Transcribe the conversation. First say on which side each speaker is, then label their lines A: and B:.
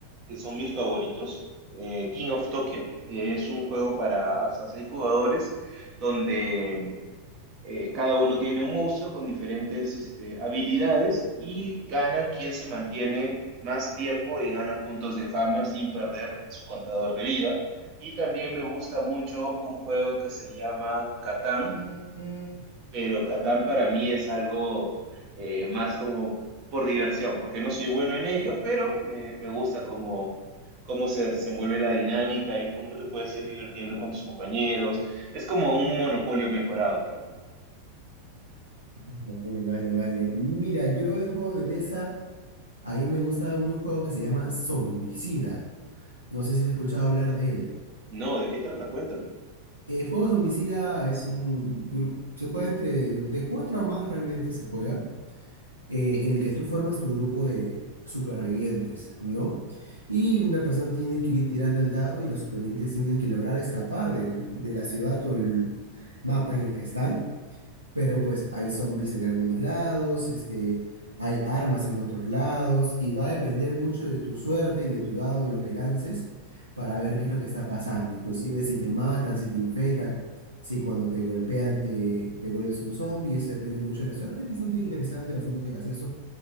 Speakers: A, on the right (about 40°); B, on the right (about 80°).
A: que son mis favoritos. Eh, King of Tokyo, que es un juego para hasta seis jugadores, donde eh, cada uno tiene un monstruo con diferentes este, habilidades y gana quien se mantiene más tiempo y gana puntos de fama sin perder su contador de vida. Y también me gusta mucho un juego que se llama Catán
B: Ujú.
A: pero Catán para mí es algo eh, más como por diversión, porque no soy bueno en ello, pero me, me gusta cómo, cómo se desenvuelve la dinámica y cómo te puedes ir divirtiendo con tus compañeros. Es como un monopolio mejorado para mí.
B: Vale, vale, vale. Mira, yo en juegos de mesa, a mí me gusta un juego que se llama Zombicida. No sé si has escuchado hablar de él.
A: No, ¿de qué trata? Cuéntame.
B: Eh, El juego zombicida es un grupo, se juega entre, de cuatro a más realmente se juega, eh, en el que tú formas tu grupo de supervivientes, ¿no? Y una persona tiene que ir tirando el dado y los supervivientes tienen que lograr escapar del- de, la ciudad o el mapa en el que están pero pues hay zombies en algunos lados, este, hay armas en otros lados, y va a depender mucho de tu suerte y de tu dado, lo que lances, para ver qué es lo que está pasando. Inclusive si te matan, si te infectan, si cuando te golpean te, te vuelves un zombie, eso depende mucho de la suerte. Es bastante interesante, bastante gracioso.